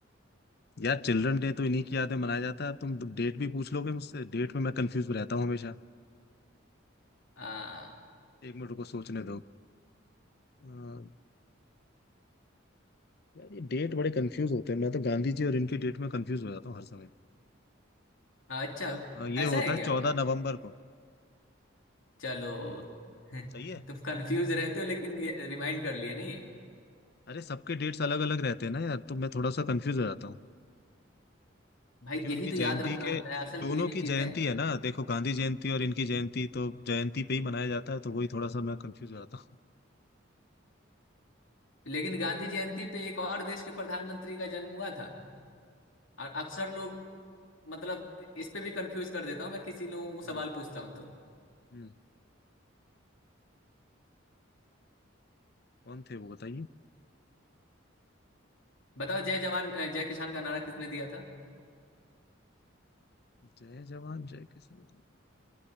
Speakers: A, on the left; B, on the left.
A: यार चिल्ड्रन डे तो इन्हीं की यादें मनाया जाता है तुम डेट भी पूछ लोगे मुझसे डेट में मैं कंफ्यूज रहता हूँ हमेशा
B: आ,
A: एक मिनट को सोचने दो अ, यार ये डेट बड़े कंफ्यूज होते हैं मैं तो गांधी जी और इनके डेट में कंफ्यूज हो जाता हूँ हर समय
B: अच्छा
A: हाँ, ये
B: ऐसा
A: होता
B: है
A: है
B: क्या
A: चौदह नवंबर को
B: चलो <laughs> तुम
A: सही है
B: कंफ्यूज रहते हो लेकिन रिमाइंड कर लिए नहीं
A: अरे सबके डेट्स अलग अलग रहते हैं ना यार तो मैं थोड़ा सा कंफ्यूज हो जाता हूँ
B: भाई
A: कि उनकी
B: यही तो याद
A: जयंती
B: रखना
A: के
B: होता है असल
A: दोनों
B: तो यही
A: की
B: चीज
A: जयंती
B: है
A: है ना देखो गांधी जयंती और इनकी जयंती तो जयंती पे ही मनाया जाता है तो वही थोड़ा सा मैं कंफ्यूज हो जाता हूँ
B: लेकिन गांधी जयंती पे एक और देश के प्रधानमंत्री का जन्म हुआ था और अक्सर लोग मतलब इस पे भी कंफ्यूज कर देता हूँ मैं किसी लोगों को
A: हम्म
B: सवाल पूछता हूँ तो
A: हम्म कौन थे वो बताइए
B: बताओ जय जवान अ, जय किसान का नारा किसने दिया था
A: जय जवान जय किसान